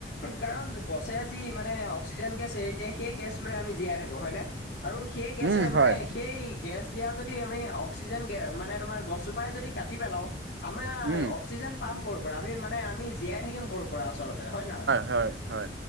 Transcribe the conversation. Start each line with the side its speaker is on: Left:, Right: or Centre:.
Left: কাৰণ গছে যি মানে। অক্সিজেন গেছ এৰি দিয়ে সেই গেছ লৈ আমি জীয়াই থাকোঁ হয়নে আৰু সেই গেছে
Right: উম হয়।
Left: মানে সেই, গেছ দিয়া যদি আমি অক্সিজেন মানে তোমাৰ গছজোপাই যদি কাটি পেলাও। আমাৰ
Right: উম
Left: অক্সিজেন পাম কৰ পৰা আমি মানে আমি জীয়াই থাকিম কৰ পৰা আচলতে, হয় নে নহয়
Right: হয় হয়।